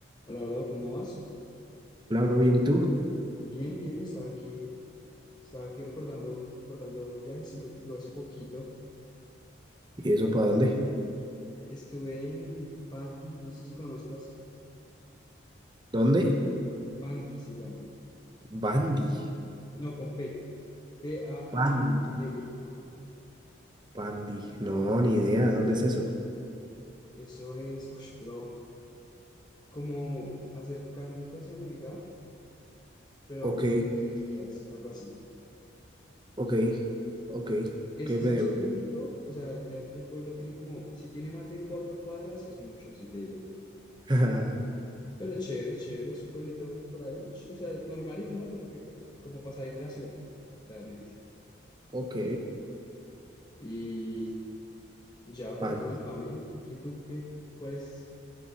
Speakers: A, on the left; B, on the right.
A: Hola, bro, ¿cómo vas?
B: Hola, bro, bien, ¿y tú?
A: Bien, bien, estaba aquí, estaba aquí recordando, recordando un viajecito que tuve hace poquito.
B: ¿Y eso para dónde?
A: Estuve en Pandi, no sé si conozcas,
B: ¿Dónde?
A: Pandi se llama.
B: Bandy,
A: No, con P, P-A-N-D-I,
B: Bandy,
A: ajá.
B: Bandy. No, ni idea, ¿dónde es eso?
A: Eso es, uff, bro, como acercándote hacia Melgar, pero
B: Ok,
A: te, te desvías, algo así.
B: ok, ok,
A: Es,
B: ok,
A: o
B: medio.
A: sea, es un pueblito, o sea, literalmente el pueblo tiene como, si tiene más de cuatro cuadras, es mucho, si te digo.
B: <laughs>
A: Pero es chévere, es chévere, es un pueblito por ahí, ch- o sea, normalito, ¿no? Como que, cu- como para salir de la ciudad, realmente.
B: Ok,
A: Y y ya por
B: Bandy.
A: ahí con la family. ¿Y tú qué? ¿Cuáles,